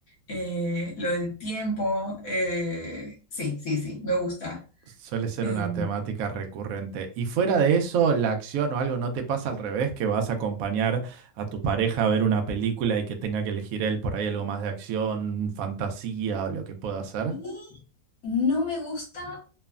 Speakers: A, on the left; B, on the right.
A: eh, lo del tiempo, eh, sí, sí, sí, me gusta.
B: Suele ser
A: Eh,
B: una temática recurrente. Y fuera de eso, la acción o algo no te pasa al revés, que vas a acompañar a tu pareja a ver una película y que tenga que elegir él por ahí algo más de acción, fantasía o lo que pueda hacer.
A: y no me gusta